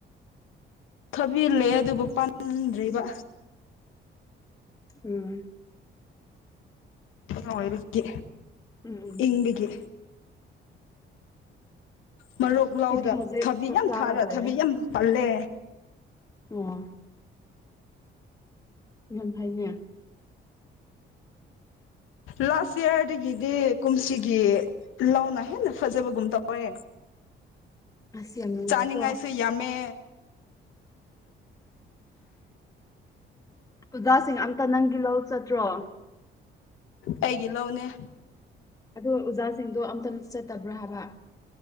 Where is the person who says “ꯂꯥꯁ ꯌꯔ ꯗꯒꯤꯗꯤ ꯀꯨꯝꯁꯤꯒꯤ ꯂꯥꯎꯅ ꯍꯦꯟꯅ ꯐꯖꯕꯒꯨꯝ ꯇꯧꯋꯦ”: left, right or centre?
Left